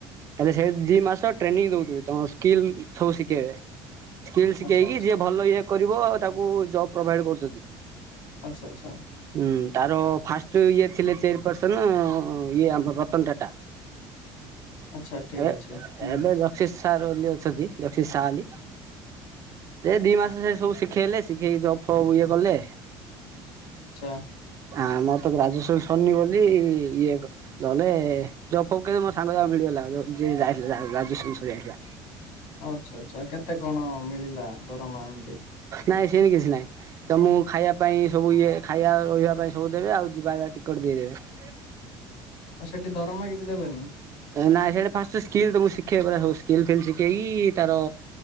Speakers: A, on the right (about 30°); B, on the left (about 70°).
A: ତାଲେ ସେ ଦି ମାସ ଟ୍ରେନିଂ ଦଉଛନ୍ତି, ତମର ସ୍କିଲ୍ ସବୁ ଶିଖେଇବେ। ସ୍କିଲ୍ ଶିଖେଇକି
B: ଆଚ୍ଛା ଆଚ୍ଛା
A: ଯିଏ ଭଲ ଇଏ କରିବ, ତାକୁ ଜବ ପ୍ରୋଭାଇଡ କରୁଛନ୍ତି।
B: ଆଚ୍ଛା ଆଚ୍ଛା।
A: ଉଁ। ତାର ଫାଷ୍ଟ ଇଏ ଥିଲେ ଚେୟାରପର୍ସନ ଇଏ ଆମର ରତନ ଟାଟା।
B: ଆଚ୍ଛା ଠିକ
A: ଏବେ
B: ଅଛି ହୁଁ
A: ଏବେ ଯକସି ସାର୍ ବୋଲି ଅଛନ୍ତି, ଜକସି ସା ଅଲି। ଏ ଦି ମାସ ସେ ସବୁ ଶିଖେଇଲେ। ଶିଖେଇକି ଜବ୍ ଫବ୍ ଇଏ କଲେ।
B: ଚ୍ଛା।
A: ଆଁ ମର ତ ଗ୍ରାଜୁଏସନ୍ ସରନି ବୋଲି ଇଏ ନହଲେ ଯବ ଫବ ମୋ ସାଙ୍ଗ ଯାକୁ ମିଳିଗଲା। ଯିଏ ଯାଇଥିଲା ଗ୍ରାଜୁଏସନ୍ ସରିଯାଇଥିଲା।
B: ଆଚ୍ଛା। ଆଚ୍ଛା। କେତେ କଣ ମିଳିଲା ଦରମା। ଏମତି
A: ନାଇଁ ସେମତି କିଛି ନାଇଁ। ତମୁଁକୁ ଖାଇବା ପାଇଁ ସବୁ ଇଏ ଖାଇବା ରହିବା ପାଇଁ ସବୁ ଦେବେ। ଆଉ ଯିବା ଟିକେଟ୍ ବି ଦେବେ।
B: ଆଉ ସେଠି ଦରମା କିଛି ଦେବେନି?
A: ନାଇଁ ସେଠି ଫାଷ୍ଟ ସ୍କିଲ୍ ତମକୁ ଶିଖେଇ ପରା ସବୁ ସ୍କିଲ୍ ଫିଲ୍ ଶିଖେଇକି ତାର